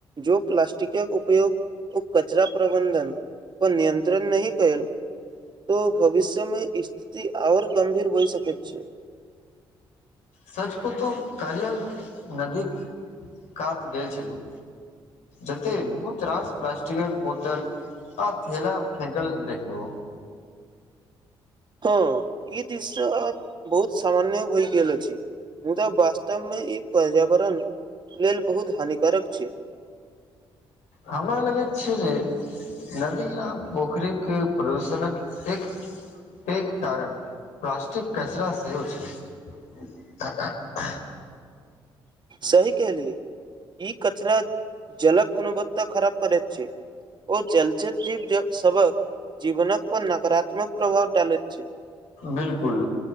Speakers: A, on the right; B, on the left.
A: जो प्लाासस्टिक कऽ उपयोग ओ कचरा प्रबंन्धन पर नियन्त्रण नहि कएल तो भविष्य मे स्थिति और गंभीर होइ सकेत छै
B: सच पुतो कलिय नदीक कात गेल छलहुँ जते बहुत रास प्लास्टिक क बोतल आ थैला फेकल देखलू
A: हँ ई दृश्य बहुत समान्य होइ गेल अछि मुदा वास्तव मे ई पर्यावरण लेल बहुत हानिकारक छी
B: हमरा लगै छै जे नदी या पोखरि के प्रदूषणक एक पैघ कारण प्लास्टिक कचड़ सेहो छै <unintelligible>
A: सही कहलिय ई कचरा जलक गुणवत्ता खराब करैत छै ओ जलचय जीव सबक जीवनक पर नकारात्मक प्रभाव डालैत छै
B: बिलकुल